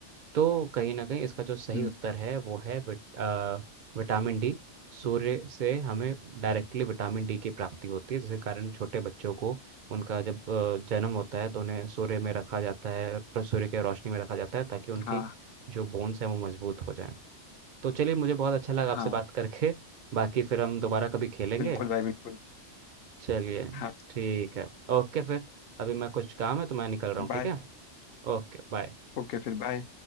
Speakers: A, on the right; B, on the left.
A: तो कहीं ना कहीं इसका जो सही
B: हम्म,
A: उत्तर है वो है विट, आ, विटामिन डी सूर्य से हमें डायरेक्टली विटामिन डी की प्राप्ति होती है जिसके कारण छोटे बच्चों को उनका जब अ, जन्म होता है तो उन्हें सूर्य में रखा जाता है प्र- सूर्य के रोशनी में रखा जाता है ताकि उनकी
B: हाँ
A: जो बोन्स हैं वो मजबूत हो जाएं तो चलिए मुझे बहुत अच्छा लगा
B: हाँ
A: आपसे बात करके बाकी फिर हम दोबारा कभी खेलेंगे
B: बिल्कुल भाई बिल्कुल
A: चलिए
B: हाँ
A: ठीक है ओके फिर अभी मैं कुछ काम है तो मैं निकल रहा हूँ
B: बाय
A: ठीक है Okay bye
B: ओके फिर बाय